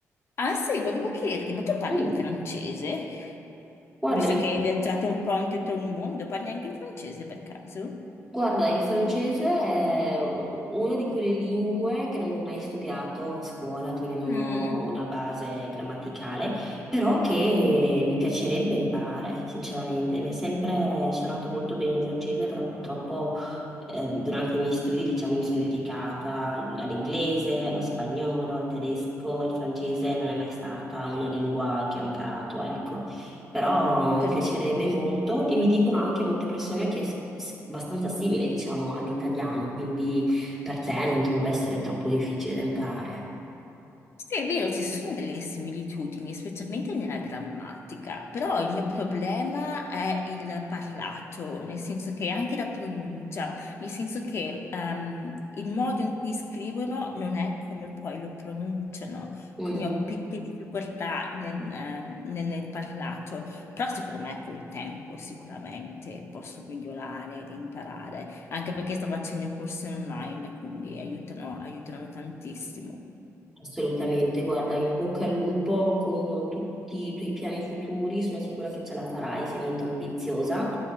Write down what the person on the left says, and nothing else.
Ah sì, volevo chiederti, ma tu parli
il francese?
Visto che hai viaggiato un po' in tutto il mondo, parli anche il francese per caso?
Mm,
capito,
capito.
Sì, è vero, ci sono delle similitudini, specialmente nella grammatica, però
il mio problema è il parlato, nel senso che anche la pronuncia, nel senso che ehm, il modo in cui scrivono non è come poi lo pronunciano,
quindi ho piccole difficoltà nel, eh, nel- nel parlato, però secondo me col tempo sicuramente posso migliorare ed imparare, anche perché sto facendo corsi online, quindi aiutano aiutano tantissimo.